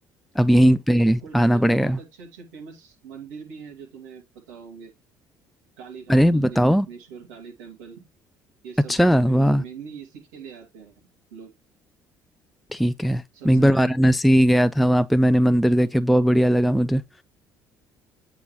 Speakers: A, in the centre; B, on the right (about 75°).
A: अब
B: बहुत
A: यहीं पे
B: कोलकाता
A: आना
B: में
A: पड़ेगा
B: बहुत अच्छे अच्छे फेमस मंदिर भी हैं जो तुम्हें पता होंगे काली घाट
A: अरे
B: मंदिर
A: बताओ
B: दक्षिणेश्वर काली टेम्पल ये सब
A: अच्छा
B: बहुत फेमस
A: वाह
B: है मेनली इसी के लिए आते हैं लोग
A: ठीक है
B: सबसे
A: मैं एक बार
B: ज्यादा
A: वाराणसी गया था वहाँ पे मैंने मंदिर देखे बहुत बढ़िया लगा मुझे